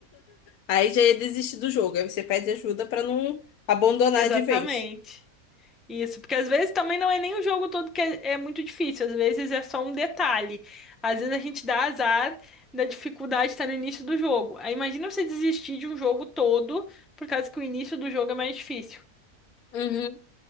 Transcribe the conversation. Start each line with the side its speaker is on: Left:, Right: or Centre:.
Left: Aí já ia desistir do jogo. Aí você pede ajuda pra não abandonar
Centre: Exatamente.
Left: de vez.
Centre: Isso, porque às vezes também não é nem o jogo todo que é, é muito difícil, às vezes é só um detalhe. Às vezes a gente dá azar da dificuldade estar no início do jogo. Aí imagina você desistir de um jogo todo por causa que o início do jogo é mais difícil.
Left: Uhum.